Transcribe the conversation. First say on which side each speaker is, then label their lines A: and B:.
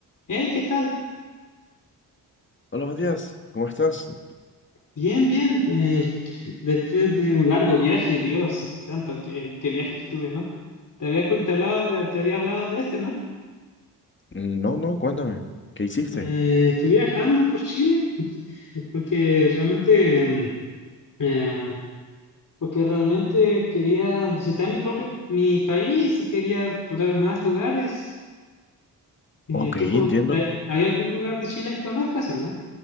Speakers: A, on the left; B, on the left.
A: Hey, ¿qué tal?
B: Hola Matías, ¿cómo estás?
A: Bien, bien. eh, <laughs> después de un largo viaje, Dios santo, qué, qué viaje que tuve, ¿no? Te había, cu- te hablado de- te había hablado de este, ¿no?
B: Mm, No, no, cuéntame, ¿qué hiciste?
A: Eh, estuve viajando por Chile <laughs> porque realmente, mm, eh, porque realmente quería visitar mi propio mi país y quería explorar más lugares. Eh,
B: Ok,
A: ¿tú
B: entiendo.
A: cono- eh, hay algún lugar de Chile que conozcas o no?